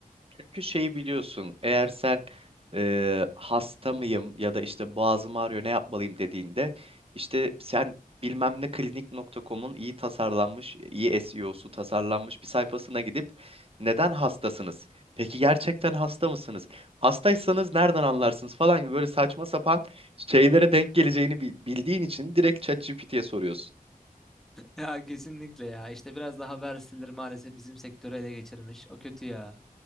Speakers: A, on the right (about 40°); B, in the centre.
A: Çünkü şeyi biliyorsun. Eğer sen e, hasta mıyım ya da işte boğazım ağrıyor ne yapmalıyım dediğinde işte sen bilmem ne klinik.com'un iyi tasarlanmış, iyi SEO'su tasarlanmış bir sayfasına gidip neden hastasınız? Peki gerçekten hasta mısınız? Hastaysanız nereden anlarsınız falan gibi böyle saçma sapan şeylere denk geleceğini bi- bildiğin için direkt ChatGPT'ye soruyorsun.
B: Ya kesinlikle ya. İşte biraz daha verseler maalesef bizim sektörü ele geçirmiş. O kötü ya.